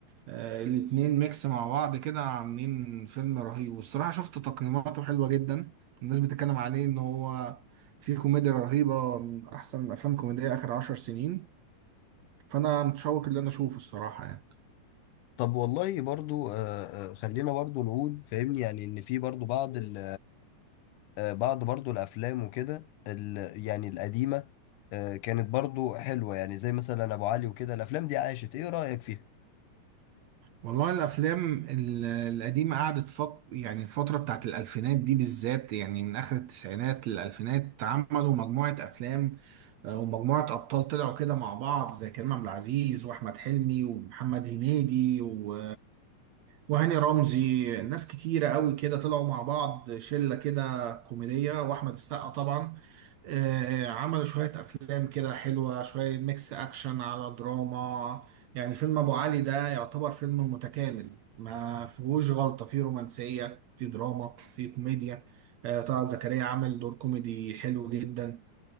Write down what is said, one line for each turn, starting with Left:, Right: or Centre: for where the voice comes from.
Right: آه، الاتنين ميكس مع بعض كده عاملين فيلم رهيب والصراحة شفت تقييماته حلوة جدا الناس بتتكلم عليه إن هو في كوميديا رهيبة من أحسن أفلام كوميدية آخر عشر سنين فأنا متشوق اللي أنا أشوفه الصراحة يعني
Left: طب والله برضو آه آه، خلينا برضو نقول فاهمني يعني ان في برضو بعض ال... آه بعض برضو الافلام وكده ال... يعني القديمة آه كانت برضو حلوة يعني زي مثلا ابو علي وكده الافلام دي عاشت ايه رأيك فيها
Right: والله الافلام ال- القديمه قعدت فق... يعني الفتره بتاعت الالفينات دي بالذات يعني من اخر التسعينات للالفينات عملوا مجموعه افلام آه، ومجموعه ابطال طلعوا كده مع بعض زي كريم عبد العزيز واحمد حلمي ومحمد هنيدي و... وهاني رمزي ناس كتيرة قوي كده طلعوا مع بعض شلة كده كوميدية وأحمد السقا طبعا آه، عملوا شوية أفلام كده حلوة شوية ميكس أكشن على دراما يعني فيلم أبو علي ده يعتبر فيلم متكامل ما فيهوش غلطة فيه رومانسية فيه دراما فيه كوميديا آه، طلعت زكريا عمل دور كوميدي حلو جدا